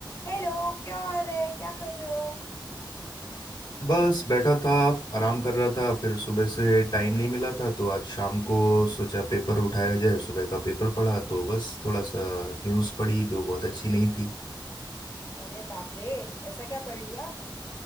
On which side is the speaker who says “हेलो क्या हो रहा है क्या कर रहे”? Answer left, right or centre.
Left